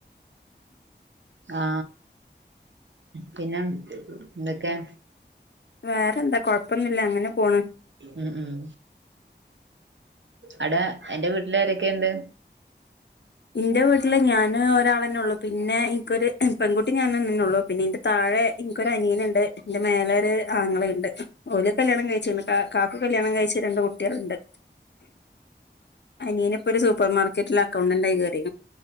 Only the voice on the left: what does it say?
വേറെ എന്താ കൊഴപ്പൊന്നുല്ല അങ്ങനെ പോണ്.
എന്റെ വീട്ടില് ഞാൻ ഒരാളന്നെ ഉള്ളു പിന്നെ എനിക്കൊരു പെൺകുട്ടി ഞാൻ തന്നെ ഉള്ളു പിന്നെ എന്റെ താഴെ എനിക്കൊരു അനിയനുണ്ട് എന്റെ മേലെ ഒരു ആങ്ങള ഉ ണ്ട് ഓല കല്യാണം കഴിച്ചിന്ന് കാക്ക കല്യാണം കഴിച്ചു രണ്ട് കുട്ടികളുണ്ട്. അനിയന് ഇപ്പോ ഒരു സൂപ്പർമാർക്കറ്റില് അക്കൗണ്ടന്റായി കേറി